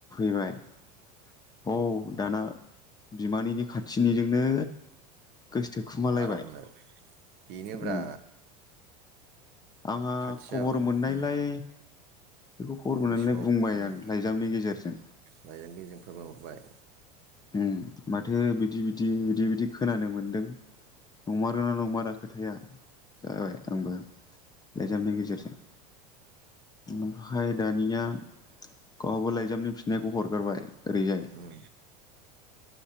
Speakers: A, on the left; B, on the right.
A: <unintelligible> औ दाना बिमानैनि खाथिनिजोंनो गोसथोखुमालायबाय
B: आरामलाय बेनोब्रा
A: उम आंहा
B: खाथि
A: खबर
B: जाबाय
A: मोननायलाय
B: उम
A: बेखौ खबर मोननायलाय
B: गोसोआव
A: बुंबाय
B: उम
A: आं लाइजामनि गेजेरजों
B: लाइजामगिरिजों फोरमायहरबाय
A: उम माथो बिदि बिदि बिदि बिदि खोनानो मोनदों नंमारोना नंमारा खोथाया जाबाय आंबो लाइजामनि गेजेरजों ओमफाय दानिया गावहाबो लाइजामनि फिननायखौ हरगारबाय ओरैजाय <inaudible>
B: उम